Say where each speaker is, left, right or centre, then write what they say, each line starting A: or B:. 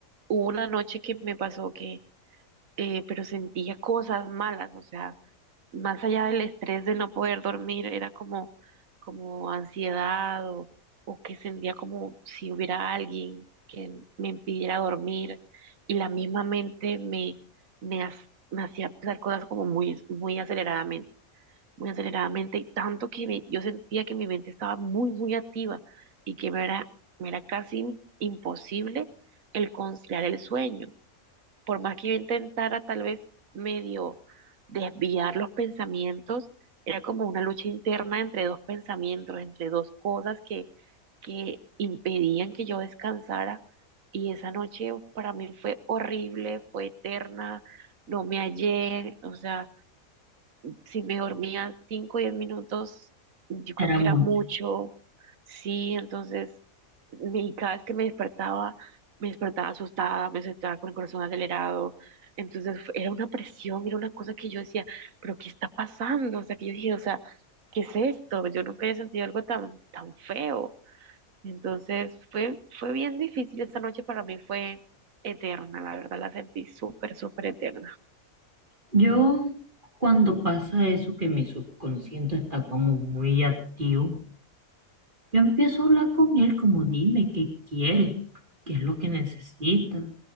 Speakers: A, on the right; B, on the right.
A: hubo una noche que me pasó que, eh, pero sentía cosas malas, o sea más allá del estrés de no poder dormir, era como, como ansiedad o, o que sentía como si hubiera alguien que me impidiera dormir y la misma mente me, me, ha- me hacía pensar cosas como muy, muy aceleradamente, muy aceleradamente y tanto que me- yo sentía que mi mente estaba muy, muy activa y que me era, me era casi imposible el conciliar el sueño por más que yo intentara tal vez medio desviar los pensamientos, era como una lucha interna entre dos pensamientos, entre dos cosas que, que impedían que yo descansara. Y esa noche para mí fue horrible, fue eterna, no me hallé, o sea, si me dormía 5 o 10 minutos, yo creo
B: era
A: que
B: mucho.
A: era mucho, sí, entonces, y cada vez que me despertaba, me despertaba asustada, me despertaba con el corazón acelerado, entonces fue- era una presión, era una cosa que yo decía, pero ¿qué está pasando? O sea, que yo dije, o sea, ¿qué es esto? Yo nunca había sentido algo tan, tan feo. Entonces fue, fue bien difícil, esa noche para mí fue eterna, la verdad la sentí súper, súper eterna.
B: Yo, cuando pasa eso, que mi subconsciente está como muy activo, yo empiezo a hablar con él como dime qué quieres, qué es lo que necesitas.